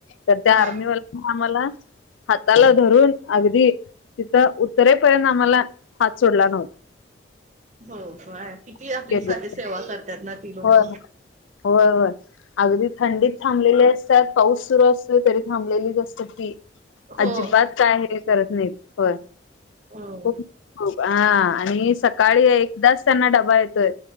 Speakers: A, on the left; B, on the right.
A: तर त्या
B: हा
A: आर्मीवाल्यानी आम्हाला हाताला धरून अगदी तिथं उत्तरेपर्यंत आम्हाला हात सोडला नव्हता.
B: हो काय किती
A: नव्हता
B: आपली साती सेवा करतात ना. ती लोक
A: होय. होय, होय. अगदी थंडीत थांबलेली अस -- त्यात पाऊस सुरु असतोयं तरी थांबलेलीच असत्यात ती.
B: हो
A: अजिबात काय ते करत नाहीत. होय.
B: हं.
A: खूप खूप हा आणि सकाळी एकदाच त्यांना डबा येतोय,